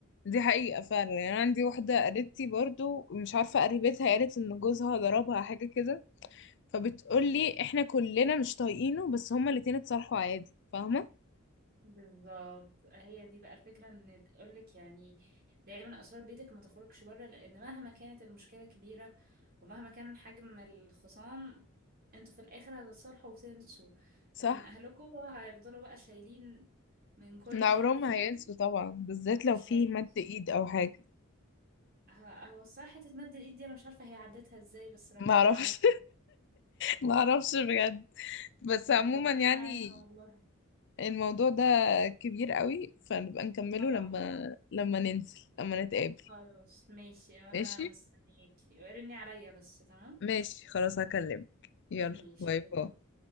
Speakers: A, on the left; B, on the right.
A: دي حقيقة فعلا يعني أنا عندي واحدة قريبتي برضو مش عارفة قريبتها قالت ان جوزها ضربها حاجة كده فبتقولي احنا كلنا مش طايقينه بس هما الاتنين اتصالحوا عادي فاهمة
B: بالظبط هي دي بقى الفكرة ان تقولك يعني دايما اسرار بيتك ما تخرجش بره لان مهما كانت المشكلة كبيرة ومهما كان حجم الخصام انتوا في الاخر هتتصالحوا وتنسوا
A: صح
B: لكن اهلكوا هيفضلوا بقى شايلين من كل
A: ده عمرهم
B: حد فيكم
A: ما هينسوا طبعا بالذات
B: مش
A: لو في
B: هينسوا
A: مد ايد او حاجة
B: ه- هو الصراحة حتة مد الإيد دي أنا مش عارفة هي عدتها إزاي بس ربنا
A: معرفش
B: معاها
A: معرفش <laughs> بجد بس
B: يعني
A: عموما
B: ربنا
A: يعني
B: معاها والله
A: الموضوع ده كبير قوي فنبقى نكمله
B: طبعا
A: لما لما ننزل لما نتقابل
B: خلاص ماشي أنا
A: ماشي
B: مستنياكي رني عليا بس تمام
A: ماشي خلاص هكلمك يلا
B: ماشي
A: باي
B: باي
A: باي
B: باي